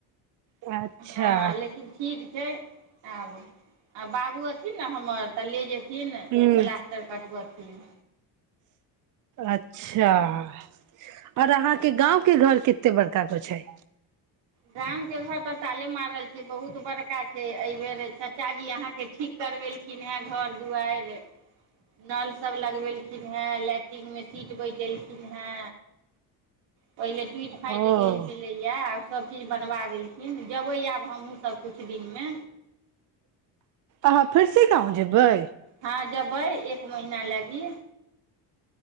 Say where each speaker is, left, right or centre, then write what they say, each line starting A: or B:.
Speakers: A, on the right (about 45°); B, on the right (about 75°).
A: अच्छा
B: हँ लेकिन ठीक छै आब आ बाबू अथिन न हमर तऽ ले जेथि से ने
A: हूँ
B: प्लास्टर कटबऽ न
A: अच्छा आऔर अहाँके गाँव के घर कते बड़का को छै
B: गाम के घर तऽ ताले मारल छै बहुत बड़का छै एहि बेेर चाचाजी अहाँके ठीक करवेलखिन हें घर दुआरि नल सब लगवेलखिन हे लैट्रंग मे सीट बैठेलखिन हे पहिले टुटि फाटि
A: ओ
B: गेल छलैया सभ चीज बनबा देलखिन जेबै आब हमहुँ सब कछु दिनमे
A: अहाँ फिर से गाँव जेबै
B: हँ जेबै एक महिना लागी